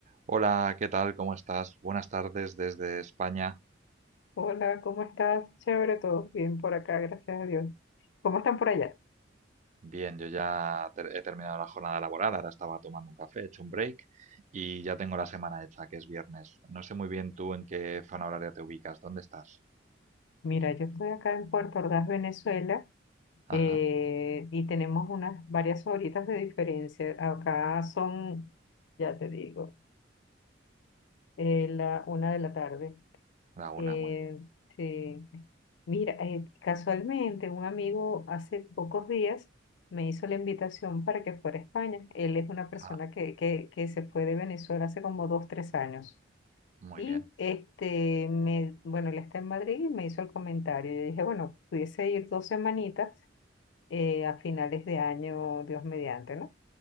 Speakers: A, on the right; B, on the left.
A: Hola, ¿qué tal? ¿Cómo estás? Buenas tardes desde España.
B: Hola, ¿cómo estás? Chévere, todo bien por acá, gracias a Dios. ¿Cómo están por allá?
A: Bien, yo ya ter- he terminado la jornada laboral, ahora estaba tomando un café, he hecho un break y ya tengo la semana hecha, que es viernes. No sé muy bien tú en qué zona horaria te ubicas, ¿dónde estás?
B: Mira, yo estoy acá en Puerto Ordaz, Venezuela,
A: Ajá,
B: eh, y tenemos unas varias horitas de diferencia. Acá son, ya te digo, eh, la una de la tarde.
A: la una,
B: Eh,
A: muy bien.
B: sí. Mira, eh, casualmente un amigo hace pocos días me hizo la invitación para que fuera a España. Él es una persona
A: Ah,
B: que, que, que se fue de Venezuela hace como dos, tres años.
A: muy
B: Y
A: bien.
B: este, me, bueno, él está en Madrid y me hizo el comentario. Yo dije, bueno, pudiese ir dos semanitas eh, a finales de año, Dios mediante, ¿no?